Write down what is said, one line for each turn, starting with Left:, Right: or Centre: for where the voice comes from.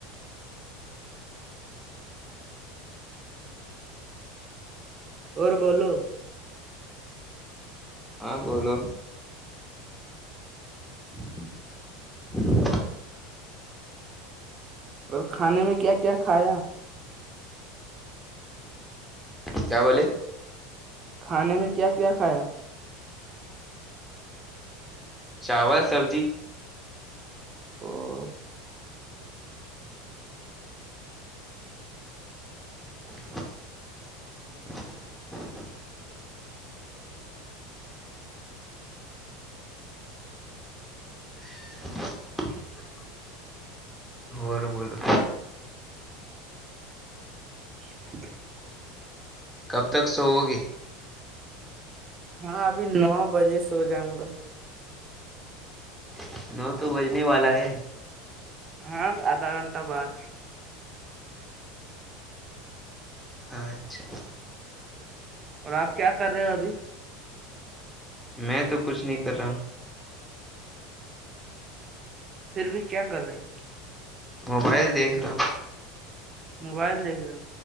Right: اور بولو
Centre: ہاں بولو <inaudible>
Right: اور کھانے میں کیا کیا کھایا
Centre: کیا بولے
Right: کھانے میں کیا کیا کھایا
Centre: چاول سبزی
Right: ا <inaudible>
Centre: <inaudible> <inaudible> اور بولو ہ <inaudible>
Right: <inaudible>
Centre: کب تک سوؤ گے
Right: ہاں ابھی نو بجے سو جاؤں گا
Centre: <inaudible> نو تو بجنے والا ہے
Right: ہاں آدھا گھنٹہ بعد
Centre: اچھا
Right: اور آپ کیا کر رہے ہو ابھی
Centre: میں تو کچھ نہیں کر رہا ہوں
Right: پھر بھی کیا کریں
Centre: موبائل دیکھ رہا ہوں
Right: موبائل دیکھ رہے ہو